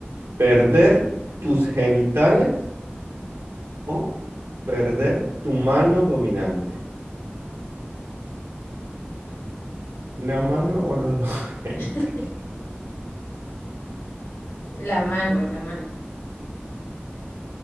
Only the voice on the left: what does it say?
<laughs> La mano, la mano.